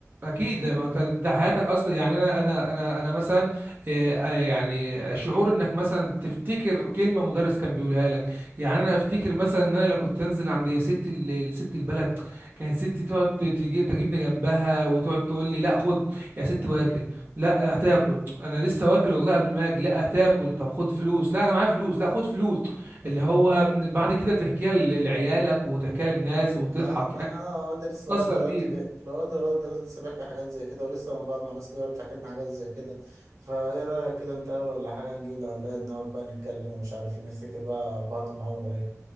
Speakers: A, on the right; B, on the right.
A: اكيد لا ما انت انت حياتك اصلا يعني انا انا انا انا مثلا آه، آه، يعني شعور انك مثلا تفتكر كلمه مدرس كان بيقولها لك يعني انا افتكر مثلا ان انا لو كنت انزل عند ست ال- ست البلد كانت ستي تقعد تجي
B: مم.
A: تجيبني جنبها وتقعد تقول لي لا خد يا ست واكل لا هتاكل انا لسه واكل والله قبل ما اجي لا هتاكل طب خد فلوس لا انا معايا فلوس لا خد فلوس
B: مم.
A: اللي هو بعد كده تحكيها ل- لعيالك وتحكيها للناس وتضحك
B: اه انا
A: فاهم
B: أنا والدي لسه
A: تتأثر
B: لغايه دلوقتي
A: بيها
B: بي... لو والدي لغايه دلوقتي لسه بيحكي حاجات زي كده ولسه من بعض ما ناس كبيره بتحكي لنا حاجات زي كده فايه رايك كده نتقابل ولا حاجه نجيب الاولاد نقعد بقى نتكلم ومش عارف إيه، نفتكر بقى ابهاتهم عملوا ايه